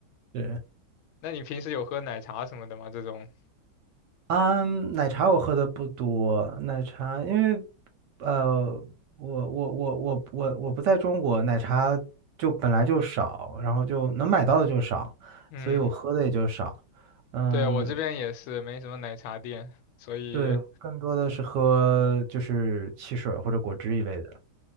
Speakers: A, on the right (about 70°); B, on the left (about 85°).
A: 对啊
B: 那你平时有喝奶茶什么的吗？这种？
A: 嗯，奶茶我喝的不多，奶茶因为，呃，我我我我我我不在中国，奶茶就本来就少，然后就能买到的就少，
B: 嗯，
A: 所以我喝的也就少。嗯，
B: 对，我这边也是没什么奶茶店，所以
A: 对，更多的是喝就是汽水儿或者果汁一类的，